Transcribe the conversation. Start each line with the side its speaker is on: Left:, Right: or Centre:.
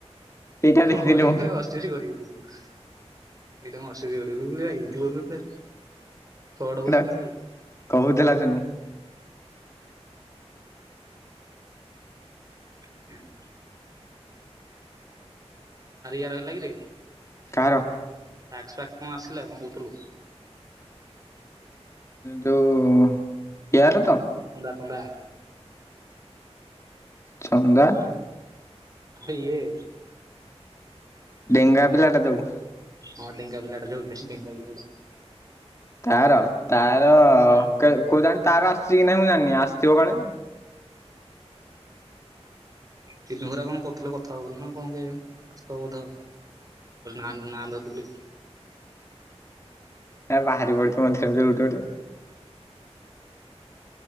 Left: ସେଇଟା
Right: ହଁ
Left: ଦେଖିଥିଲି
Right: ଏଇନା
Left: ମୁଁ
Right: ହସି ହସି ଗଢିଗଲି ଆଉ ଏଇଟା ମୁଁ ହସି ହସି ଗଢିଗଲି ଆଉ ମୁଁ କହିଲି ଏଇଥି ବଜଉଥିଲା। ଛଅଟା
Left: ସେଟା
Right: ପର୍ଯ୍ୟନ୍ତ କିଏ ଶୁଏ?
Left: କହୁଥିଲା ସେନୁ
Right: <unintelligible> ଆରେ ୟାର ହେଲା କିରେ?
Left: କାହାର?
Right: ଟ୍ୟାକ୍ସ ଫ୍ୟାକ୍ସ କଣ ଆସିଲା କଣ କହୁଥିଲୁ?
Left: ଯୋଉ କେୟାର ରେ ତ।
Right: ଥଣ୍ଡା।
Left: ଚନ୍ଦା।
Right: ଆୟଏ।
Left: ଡେଙ୍ଗା ପିଲାଟା ଦେବୁ।
Right: ହଁ ଡେଙ୍ଗା ପିଲାଟା ଯୋଉ ଢେଙ୍କା ପିଲାଟା।
Left: ତାର ତାର
Right: ହୁଁ
Left: କୋଉ ଜାଣି। ତାର ଆସିଛି କି ନାଇଁ ମୁଁ ଜାଣିନି ଆସିଥିବ କାଳେ।
Right: ଚିନି ଭରା କଣ କରୁଥିଲା, କଥା ହବ ବୋଲି ନା କଣ କେଜାଣି, ଆସୁଥିବ ବୋଧେ ଆଉ। ନା ନା ଧଦିଲକି।
Left: ବାହାରି ପଡିଥିବ ମଝିରେ ଗୋଟେ ଗୋଟେ।